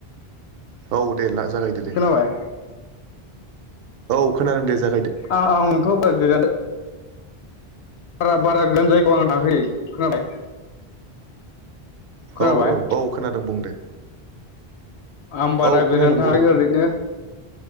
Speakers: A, on the right; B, on the left.
A: औ दे ला जागायदो दे।
B: खोनाबाय
A: औ खोनादोंदे जा
B: <unintelligible> बारा बारा गोजान जायगायाव आं थाङाखै खोनाबाय। खोनाबाय
A: औ औ औ खोनादों बुं दे।
B: आं बारा
A: औ
B: गोजान
A: खोनादों
B: थाङाखै
A: बुं
B: ओरैनो